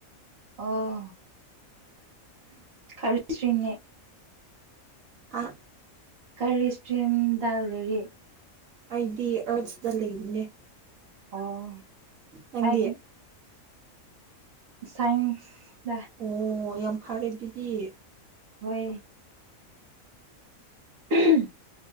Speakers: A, on the right (about 45°); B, on the right (about 75°).
A: ꯑꯣ ꯈꯔꯁꯔꯤꯅꯦ
B: ꯍꯥ
A: ꯀꯔꯤ ꯏꯁꯇ꯭ꯔꯤꯝꯗ ꯂꯩꯔꯤ
B: ꯑꯩꯗꯤ ꯑꯔꯠꯁꯇ ꯂꯩꯕꯅꯦ
A: ꯑꯣ
B: ꯅꯪꯗꯤ
A: ꯑꯩ ꯁꯥꯏꯟꯁꯗ
B: ꯑꯣ ꯌꯥꯝ ꯐꯔꯦ ꯑꯗꯨꯗꯤ
A: ꯍꯣꯏ ꯎꯝ